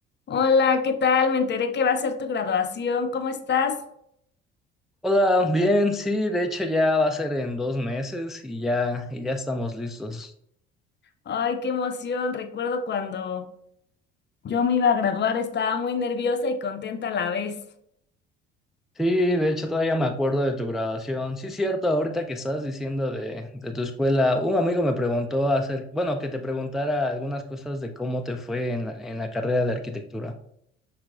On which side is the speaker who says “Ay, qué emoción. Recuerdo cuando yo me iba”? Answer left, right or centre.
Left